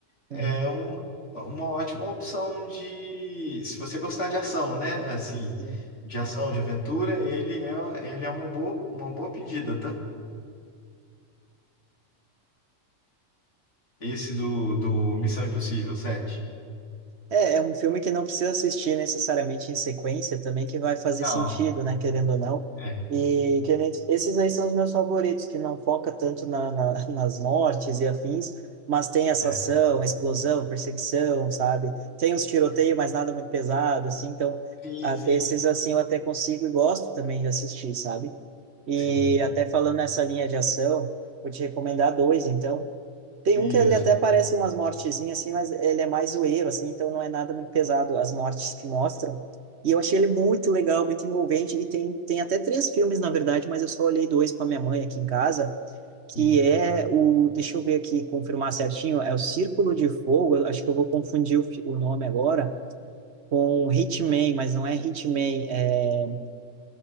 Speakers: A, on the left; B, on the right.
A: É
B: Uhum.
A: uma, uma ótima opção de, se você gostar de ação, né? Assim,
B: Sim.
A: de ação, de aventura, ele é, ele é uma boa, uma boa pedida, tá? Esse do, do Missão Impossível sete
B: É, é um filme que não precisa assistir necessariamente em sequência também, que vai fazer
A: Não,
B: sentido, né, querendo ou não.
A: é,
B: E que nem esses aí são os meus favoritos, que não foca tanto na, na- <laughs> nas mortes e afins, mas tem essa
A: é.
B: ação, explosão, perseguição, sabe? Tem uns tiroteios, mas nada muito pesado, assim. Então,
A: Sim,
B: a-
A: sim,
B: esses assim eu até consigo e gosto também de assistir, sabe? E
A: sim.
B: até falando nessa linha de ação, vou te recomendar dois, então. Tem
A: Isso.
B: um que ele até parece umas mortezinhas, assim, mas ele é mais zoeiro, assim, então não é nada muito pesado as mortes que mostram. E eu achei ele muito legal, muito envolvente, e tem, tem até três filmes, na verdade, mas eu só olhei dois para minha mãe aqui em casa, que
A: E,
B: é o, deixa eu ver aqui, confirmar certinho, é o Círculo de Fogo, eu acho que eu vou confundir o, fi- o nome agora, com Hitman, mas não é Hitman, é